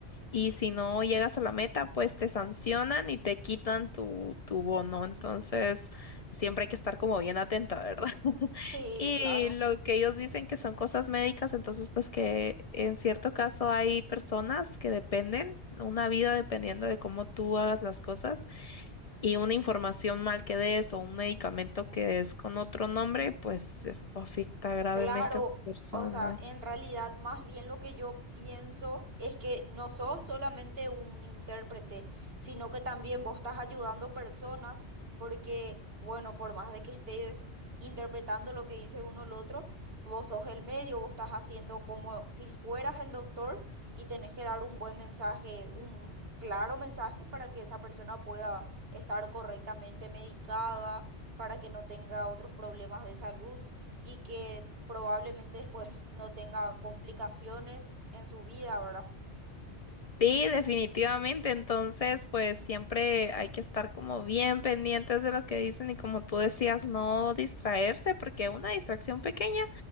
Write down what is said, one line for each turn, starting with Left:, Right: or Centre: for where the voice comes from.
Left: y si no llegas a la meta, pues te sancionan y te quitan tu, tu bono. Entonces, siempre hay que estar como bien atenta, ¿verdad? <laughs>
Right: Sí,
Left: Y
Right: claro.
Left: lo que ellos dicen que son cosas médicas, entonces, pues que en cierto caso hay personas que dependen, una vida dependiendo de cómo tú hagas las cosas y una información mal que des o un medicamento que des con otro nombre, pues esto afecta gravemente
Right: Claro,
Left: a tu persona.
Right: o sea, en realidad más bien lo que yo pienso es que no sos solamente un intérprete, sino que también vos estás ayudando personas porque, bueno, por más de que estés interpretando lo que dice uno el otro, vos sos el medio, vos estás haciendo como si fueras el doctor y tenés que dar un buen mensaje, un claro mensaje para que esa persona pueda estar correctamente medicada, para que no tenga otros problemas de salud y que probablemente después no tenga complicaciones en su vida, ¿verdad?
Left: Sí, definitivamente. Entonces, pues siempre hay que estar como bien pendientes de lo que dicen y como tú decías, no distraerse, porque una distracción pequeña,